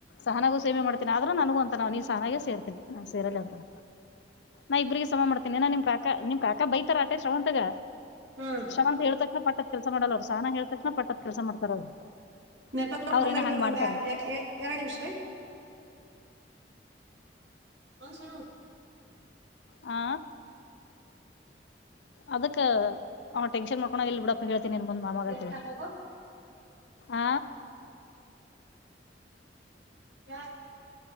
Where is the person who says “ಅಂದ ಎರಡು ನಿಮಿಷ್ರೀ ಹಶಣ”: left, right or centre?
Right